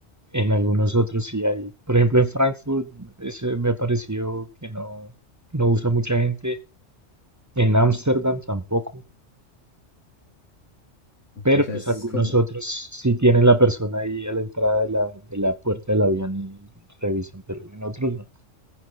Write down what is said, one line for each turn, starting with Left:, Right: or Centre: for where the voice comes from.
Right: En algunos otros sí hay. Por ejemplo, en Frankfurt ese me ha parecido que no, no usa mucha gente. En Ámsterdam tampoco. Pero
Left: que, o sea,
Right: pues
Left: es
Right: algunos
Left: como,
Right: otros sí tienen la persona ahí a la entrada de la, de la puerta del avión y revisan, pero en otros no.